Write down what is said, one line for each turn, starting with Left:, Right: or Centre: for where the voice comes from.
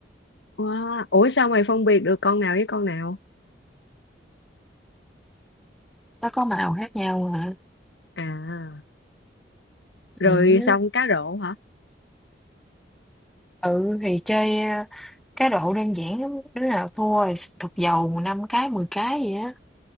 Left: Wow. Ủa sao mày phân biệt được con nào với con nào?
Centre: nó có màu khác nhau hả?
Left: À, rồi
Centre: Ừm.
Left: xong cá rổ hả?
Centre: Ừ, thì chơi, a, cá độ đơn giản lắm, đứa nào thua thì s thục dầu 5 cái, 10 cái vậy á,